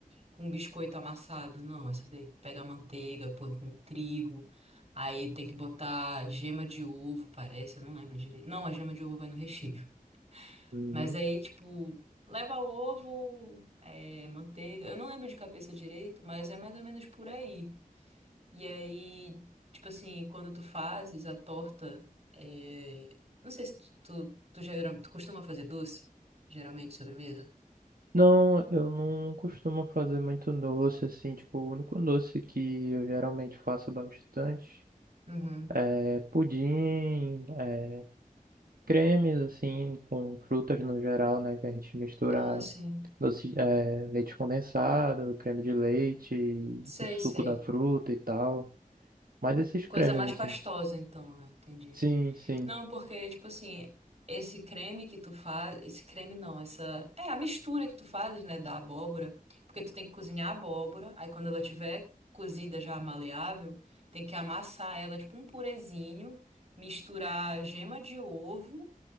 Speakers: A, on the right; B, on the right.
A: com biscoito amassado. Não, essa daí tu pega a manteiga, põe com trigo, aí tem que botar gema de ovo, parece, eu não lembro direito. Não, a gema de ovo vai no recheio.
B: Uhum.
A: Mas aí, tipo, leva ovo, é, manteiga, eu não lembro de cabeça direito, mas é mais ou menos por aí. E aí, tipo assim, quando tu fazes a torta, é, não sei se tu, tu, tu, geral- tu costuma fazer doce, geralmente sobremesa.
B: Não, eu não costumo fazer muito doce, assim, tipo, o único doce que eu geralmente faço bastante
A: Uhum.
B: é pudim, é cremes, assim, com frutas no geral, né, que a gente mistura
A: Ah, sim.
B: doce, é, leite condensado, creme de leite,
A: Sei,
B: o suco
A: sei.
B: da fruta e tal, mas esses cremes,
A: Coisa mais
B: assim.
A: pastosa, então, né? Entendi.
B: Sim, sim.
A: Não, porque, tipo assim, esse creme que tu faz. Esse creme não, essa. É a mistura que tu fazes, né, da abóbora. Porque tu tem que cozinhar a abóbora, aí quando ela tiver cozida já maleável, tem que amassar ela, tipo um purezinho, misturar gema de ovo